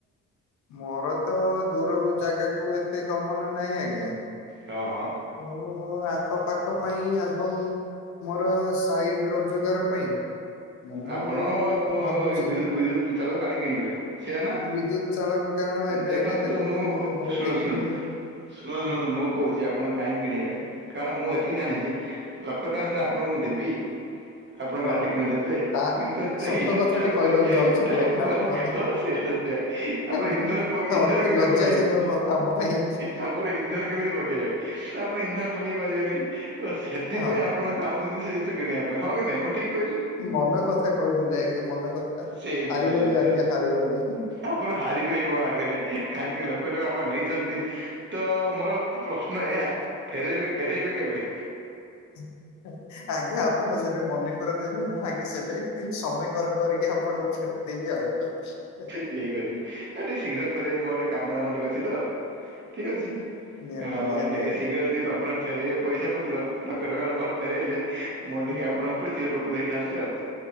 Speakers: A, on the left; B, on the right.
A: ମୋର ତ ଦୂରକୁ ଜାଗାକୁ ଏତେ ଗମନ ନାହିଁ ଆଜ୍ଞା।
B: ହଁ ହଁ।
A: ମୁଁ ଆଖପାଖ ପାଇଁ ଆଗ ମୋର ସାଇଡ ରୋଜଗାର ପାଇଁ ମୁଁ
B: ଆପଣ ଅ
A: ଭାବୁଛି
B: ବିଦ୍ୟୁତ ବିଦ୍ୟୁତ ଦୁଇ ଚାଳ ଗାଡ଼ି କିଣିବେ ସେଆ ନା
A: ବିଦ୍ୟୁତ ଚାଳକ କାରଣ ଏବେ
B: ଦେଖନ୍ତୁ
A: ଆଜ୍ଞା
B: ମୁଁ
A: ବି ବହୁତ
B: ଶୁଣ
A: ଦେଖିଲିଣି
B: ଶୁଣ ଶୁଣନ୍ତୁ
A: ହୁଁ
B: ଶୁଣନ୍ତୁ ମୁଁ କହୁଛି ଆପଣ କାହିଁକି କିଣିବେ କାରଣ ମୁଁ ଏତିକି ଜାଣିଛି
A: ହୁଁ
B: ଲକ୍ଷ ଟଙ୍କା ସିନା
A: ହୁଁ
B: ଆପଣଙ୍କୁ ମୁଁ ଦେବି ଆପଣ
A: ହଁ
B: ଗାଡି ଟେ କିଣିଦେବେ
A: ତା
B: କିନ୍ତୁ
A: ସତ କଥାଟି
B: ତାପରେ
A: କହିବାକୁ ଯାଉଛନ୍ତି
B: ତାପରେ
A: ଆଜ୍ଞା ଆପଣ।
B: ହଉ ସେ ତାପରେ
A: ହେଲା
B: ଇନ୍ଧନ ଇନ୍ଧନ
A: ଅତି
B: କେମିତି
A: ଲଜ୍ଜାଜନକ
B: ପକେଇବେ
A: କଥା ମୋ ପାଇଁ।
B: ତାପରେ ଇନ୍ଧନ କେମିତି ପକେଇବେ ତ ଆପଣ ଇନ୍ଧନ ପକେଇ ପାରିବେନି ତ ସେଥିପାଇଁ
A: ହଁ
B: ଆପଣ ଚାହୁଁଛନ୍ତି ସେ ଜିନଷ କିଣିବା ପାଇଁ ହଁ କି ନାଇଁ ଠିକ୍ କହିଲି
A: ମନ କଥା କହିଦେଲେ ଆଜ୍ଞା ମନ କଥା।
B: ସେଇ ଜିନିଷ
A: ହାରିଗଲି
B: ସେଇ ଜିନିଷ
A: ଆଜ୍ଞା ହାରିଗଲି।
B: ଆପଣ ହାରିବେ ହିଁ ମୋ ଆଗରେ କାହିଁକି ଲକ୍ଷ ଟଙ୍କା ଆପଣ ନେଇଛନ୍ତି ତ ମୋର ପ୍ରଶ୍ନ ଏହା ଫେରେଇବେ ଫେରେଇବେ କେବେ?
A: <inaudible> ଆଜ୍ଞା ଆପଣ ଯେବେ ମନେ କରିଦେବେ ମୁଁ ଆଜ୍ଞା ସେବେ ସମି କରିକି ଆପଣଙ୍କୁ ଫେରେଇଦେବି ଆଉ।
B: ଠିକ୍ ନା ଟ ଶୀଘ୍ର ଫରେଇବେ ମୋର ଗୋଟେ କାମ ଦାମ ଟିକେ ଅଛି। ଠିକ୍ ଅଛି
A: ନିହାତି
B: ହଁ
A: ନିହାତି
B: ଟିକେ
A: ଆଜ୍ଞା।
B: ଶୀଘ୍ର ଯଦି
A: ହୁଁ,
B: ଆପଣ ଫେରାଇବେ ପଇସା ପତ୍ର ଲକ୍ଷେ ଟଙ୍କାଟା ମର ଫେରାଇଲେ ମୁଁ
A: ହୁଁ।
B: ଟିକେ ଆପଣଙ୍କ ଉପରେ ଚିର ଉପକୃତ ହେଇଥାନ୍ତି ଆଉ